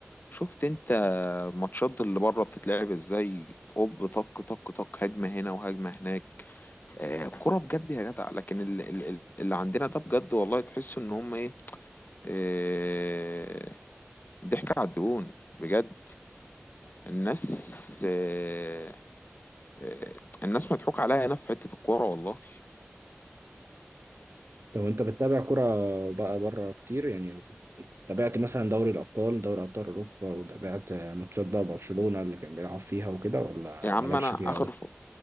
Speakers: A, on the left; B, on the right.
A: شفت انت الماتشات اللي بره بتتلعب ازاي اوب طق طق طق هجمه هنا وهجمه هناك آه كرة بجد يا جدع لكن ال- ال- ال- اللي عندنا ده بجد والله تحس ان هم ايه آه ضحك على الدهون بجد الناس آه آه الناس مضحوك عليها هنا في حتة الكورة والله
B: لو انت بتتابع كرة بقى بره كتير يعني تابعت مثلا دوري الأبطال دوري أبطال أوروبا وتابعت ماتشات بقى برشلونة اللي كان بيلعب فيها وكده ولا
A: يا عم
B: مالكش
A: انا
B: فيها
A: اخر
B: أوي؟
A: ف...